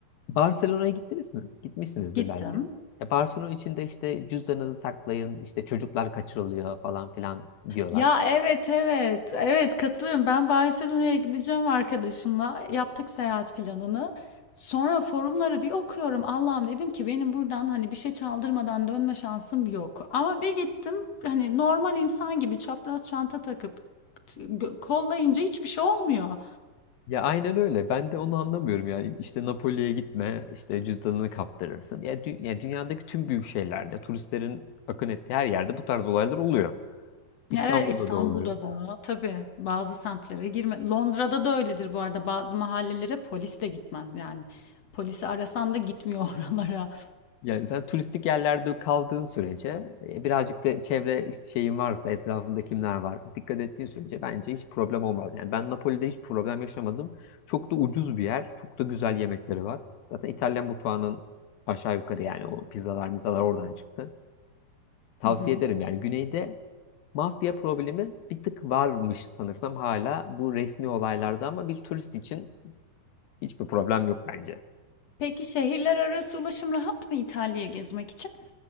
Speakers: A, on the left (about 75°); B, on the left (about 55°).
A: Barcelona'ya gittiniz mi? Gitmişsinizdir
B: Gittim.
A: belki. Ya Barcelona içinde işte cüzdanınızı saklayın, işte çocuklar kaçırılıyor falan filan diyorlar.
B: Ya evet evet evet katılıyorum. Ben Barcelona'ya gideceğim arkadaşımla. Yaptık seyahat planını. Sonra forumları bir okuyorum. Allah'ım dedim ki benim buradan hani bir şey çaldırmadan dönme şansım yok. Ama bir gittim hani normal insan gibi çapraz çanta takıp t- gö- kollayınca hiçbir şey olmuyor.
A: Ya aynen öyle. Ben de onu anlamıyorum yani. İşte Napoli'ye gitme, işte cüzdanını kaptırırsın. Ya, dü- ya dünyadaki tüm büyük şehirlerde, turistlerin akın ettiği her yerde bu tarz olaylar oluyor. İstanbul'da
B: Evet İstanbul'da
A: da oluyor.
B: da tabii bazı semtlere girme. Londra'da da öyledir bu arada. Bazı mahallelere polis de gitmez yani. Polisi arasan da gitmiyor <laughs> oralara.
A: Yani sen turistik yerlerde kaldığın sürece, e, birazcık da çevre şeyin varsa, etrafında kimler var, dikkat ettiğin sürece bence hiç problem olmaz. Yani ben Napoli'de hiç problem yaşamadım. Çok da ucuz bir yer, çok da güzel yemekleri var. Zaten İtalyan mutfağının aşağı yukarı yani o pizzalar, mizalar oradan çıktı. Tavsiye
B: Hı hı.
A: ederim yani güneyde Mafya problemi bir tık varmış sanırsam hala bu resmi olaylarda ama bir turist için hiçbir problem yok bence.
B: Peki şehirler arası ulaşım rahat mı İtalya'ya gezmek için?